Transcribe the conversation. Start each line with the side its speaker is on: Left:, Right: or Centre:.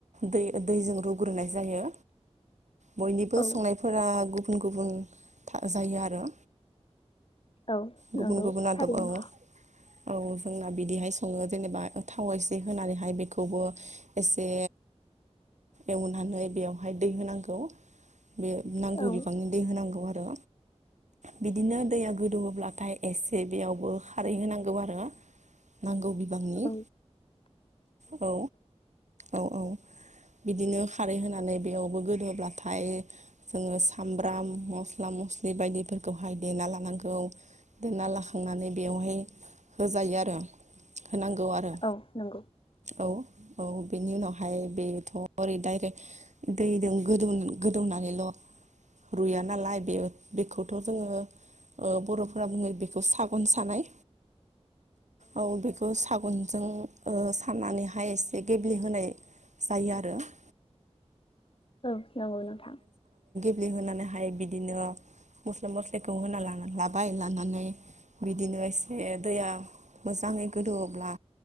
Right: दै दैजों रुग्रोनाय जायो। बयनिबो
Left: औ
Right: संनायफोरा गुबुन गुबुन जायो आरो।
Left: औ
Right: गुबुन
Left: नंगौ
Right: गुबुन आदबाव
Left: थारैनो।
Right: औ जोंना बिदिहाय संङो जेनेबा थाव एसे होनानैहाय बेखौबो एसे नानैहाय दै होनांगौ। <unintelligible>
Left: औ
Right: होनांगौ आरो। बिदिनो दैया गोदौब्लाथाय एसे बेयावबो खारै होनांगौ आरो ना। नांगौ बिबांनि
Left: औ
Right: औ औ औ, बिदिनो खारै होनानै बेयावबो गोदोब्लाथाय जोङो सामब्राम मस्ला मस्लि बायदिफोरखौहाय देना लानांगौ देना लाखांनानै बेयाव बे होजायो आरो होनांगौ आरो
Left: औ नंगौ
Right: औ औ। बेनि उनावहाय बेथ' ओरै डायरेक्ट दैदों गोदौ गोदौनानैल' रुया नालाय बे बेखौथ' जोङो ओ बर'फोरा बुङो बेखौ सागन सानाय औ बेखौ सा गनजों साननानैहाय एसे गेब्लेहोनाय जायो आरो। <inaudible>
Left: औ नंगौ नोंथां।
Right: दै होनानैहाय बिदिनो मस्ला मस्लिखौ होनानै लाबाय, लानानै बिदिनो एसे दैया मोजाङै गोदौवोब्ला